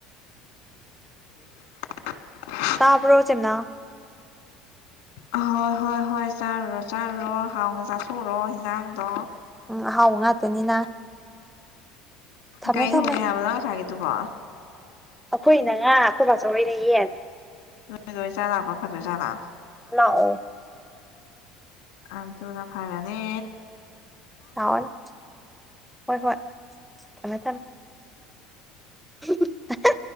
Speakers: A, on the left; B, in the centre.
A: <inaudible>
B: ꯇꯥꯕ꯭ꯔꯣ ꯆꯦꯝꯅꯥꯎ
A: ꯑꯥ ꯍꯣꯏ ꯍꯣꯏ ꯍꯣꯏ ꯆꯥꯔꯨꯔꯣ ꯆꯥꯔꯨꯔꯣ ꯍꯥꯎꯅ ꯆꯥꯊꯣꯛꯔꯣ ꯍꯦꯟꯖꯥꯡꯗꯣ
B: ꯎꯝ ꯑꯍꯥꯎꯕ ꯉꯥꯛꯇꯅꯤꯅ ꯊꯝꯃꯦ
A: ꯀꯩ
B: ꯊꯝꯃꯦ
A: ꯊꯣꯡꯉꯦ ꯍꯥꯏꯕ ꯅꯪ ꯉꯥꯁꯥꯏꯒꯤꯗꯨꯕꯣ
B: ꯑꯩꯈꯣꯏꯅ ꯉꯥ ꯑꯩꯈꯣꯏ ꯃꯆꯧꯍꯣꯏꯅ ꯌꯦꯟ
A: ꯅꯣꯏꯗ ꯑꯣꯏ ꯆꯥꯕ ꯂꯥꯛꯄꯅ ꯐꯗꯣꯏꯖꯥꯠꯂ
B: ꯂꯥꯛꯑꯣ
A: ꯑꯗꯨꯅ ꯐꯥꯔꯅꯤ
B: ꯂꯥꯛꯑꯣ ꯂꯥꯎ ꯍꯣꯏ ꯍꯣꯏ ꯊꯝꯃꯦ ꯊꯝꯃꯦ ꯍꯤꯍꯤꯍ ꯑꯍꯥ